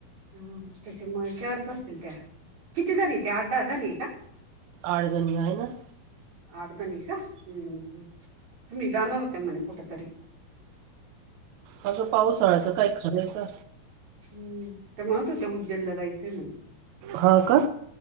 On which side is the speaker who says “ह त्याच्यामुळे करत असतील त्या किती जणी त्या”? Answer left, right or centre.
Right